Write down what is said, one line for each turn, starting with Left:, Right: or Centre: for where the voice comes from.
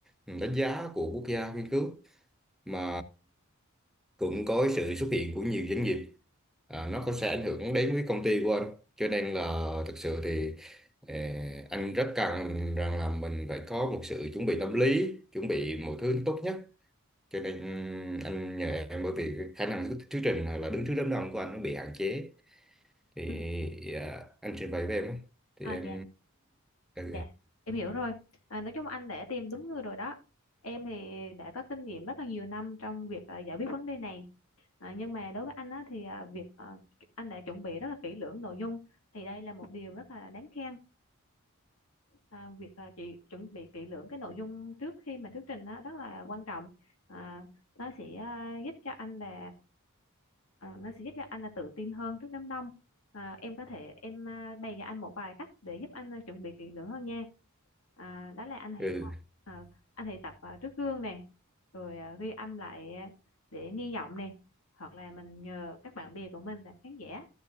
Centre: đánh giá của quốc gia nghiên cứu mà cũng có cái sự xuất hiện của nhiều doanh nghiệp à, nó có sẽ ảnh hưởng đến với công ty của anh cho nên là thực sự thì ờ, anh rất cần rằng là mình phải có một sự chuẩn bị tâm lý chuẩn bị mọi thứ tốt nhất cho nên anh nhờ em bởi vì khả năng thuyết thuyết trình hoặc là đứng trước đám đông của anh nó bị hạn chế thì
Left: Ừ.
Centre: à, anh trình bày với em ấy, thì
Left: À,
Centre: em
Left: dạ,
Centre: ừ.
Left: dạ, em hiểu rồi. À, nói chung anh đã tìm đúng người rồi đó. Em thì đã có kinh nghiệm rất là nhiều năm trong việc à, giải quyết vấn đề này. À, nhưng mà đối với anh á, thì à, việc à, anh đã chuẩn bị rất là kỹ lưỡng nội dung thì đây là một điều rất là đáng khen. à, việc à, chị chuẩn bị kỹ lưỡng cái nội dung trước khi mà thuyết trình đó rất là quan trọng à, nó sẽ à, giúp cho anh là à, nó sẽ giúp cho anh là tự tin hơn trước đám đông à, em có thể em à, bày cho anh một vài cách để giúp anh à, chuẩn bị kỹ lưỡng hơn nha à, đó là anh hãy
Centre: ừ
Left: à, anh hãy tập à, trước gương nè rồi à, ghi âm lại à, để nghi giọng nè hoặc là mình nhờ các bạn bè của mình làm khán giả